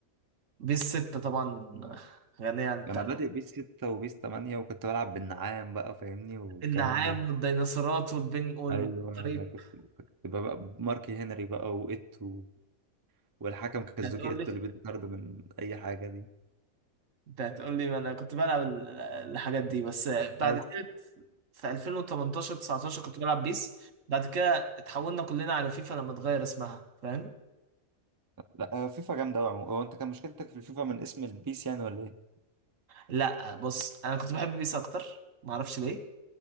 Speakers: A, on the right; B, on the right.
A: بيس 6 طبعا غنية عن التعريف
B: انا بادئ بيس 6 وبيس 8 وكنت بلعب بالنعام بقى فاهمني والكلام
A: النعام
B: ده
A: والديناصورات والبنج والطريق
B: ايوه انا كنت كنت بقى ماركي هنري بقى وإيتو والحكم كازوكي
A: انت هتقول
B: إيتو
A: لي
B: اللي بيدي طرد من اي حاجه دي
A: انت هتقول لي ما انا كنت بلعب ال- الحاجات دي بس بعد
B: بس
A: كده في 2018 19 كنت بلعب بيس بعد كده اتحولنا كلنا على فيفا لما اتغير اسمها فاهم
B: لا هو فيفا جامده قوي هو انت كان مشكلتك في الفيفا من اسم البيس يعني ولا ايه؟
A: لا بص انا كنت بحب بيس اكتر معرفش ليه